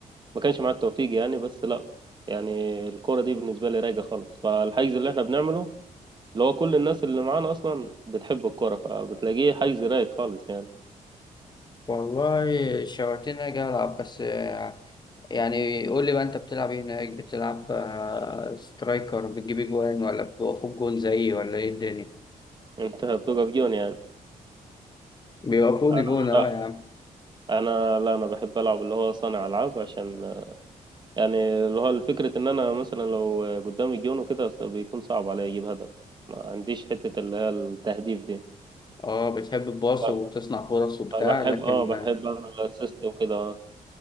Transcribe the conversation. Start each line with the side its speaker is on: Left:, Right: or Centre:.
Right: ما كانش معاه التوفيق يعني بس لا يعني الكورة دي بالنسبة لي رايقة خالص فالحجز اللي احنا بنعمله اللي هو كل الناس اللي معانا اصلا بتحب الكوره فبتلاقيه حيز رايق خالص يعني
Left: والله شوقتني اجي العب بس آه، يعني قول لي بقى انت بتلعب ايه هناك بتلعب آه سترايكر بتجيب جوان ولا بيوقفوك جون زيي ولا ايه الدنيا
Right: انت بتقف جون يعني
Left: بيوقفوني
Right: انا
Left: جون اه
Right: لا
Left: يا عم
Right: انا لا انا بحب العب اللي هو صانع العاب عشان يعني اللي هو الفكره ان انا مثلا لو قدامي جون وكده بيكون صعب عليا اجيب هدف ما عنديش حته اللي هي التهديف دي
Left: اه بتحب الباص
Right: لا
Left: وتصنع فرص وبتاع
Right: أنا بحب
Left: لكن
Right: اه بحب اعمل اسيست وكده آه.